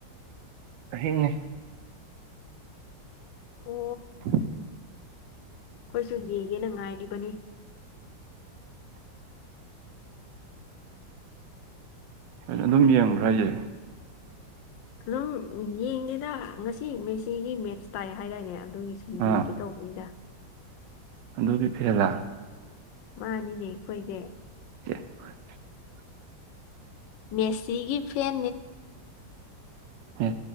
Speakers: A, on the right; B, on the left.
A: ꯆꯍꯤꯅꯦ
B: ꯑꯣ
A: ꯍ
B: ꯑꯩꯈꯣꯏꯁꯨ ꯌꯦꯡꯒꯦꯅ ꯉꯥꯏꯔꯤꯕꯅꯤ
A: ꯍ ꯑꯗꯨꯝ ꯌꯦꯡꯕ꯭ꯔꯥ ꯍꯥꯏꯁꯦ
B: ꯑꯗꯨꯝ ꯌꯦꯡꯅꯦꯦꯗ ꯉꯁꯤ ꯃꯦꯁꯤꯒꯤ ꯃꯦꯠꯁ ꯇꯥꯏ ꯍꯥꯏꯔꯏꯅꯦ ꯑꯗꯨꯒꯤ ꯁꯨꯝ
A: ꯑꯥ
B: ꯌꯦꯡꯒꯦ ꯇꯧꯕꯅꯤꯅ
A: ꯑꯗꯨꯒꯤ ꯐꯤꯔꯂꯥ
B: ꯃꯥꯅꯤꯅꯦ ꯑꯩꯈꯣꯏꯁꯦ
A: <unintelligible>
B: ꯃꯦꯁꯤꯒꯤ ꯐꯦꯦ
A: ꯁ